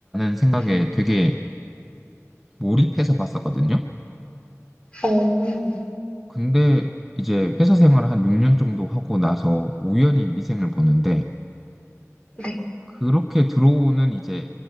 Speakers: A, in the centre; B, on the left.
A: 생각에
B: 음.
A: 되게 몰입해서 봤었거든요.
B: 어.
A: 근데 이제 회사 생활을 한 6년 정도 하고 나서 우연히 미생을 보는데
B: 네.
A: 그렇게 들어오는 이제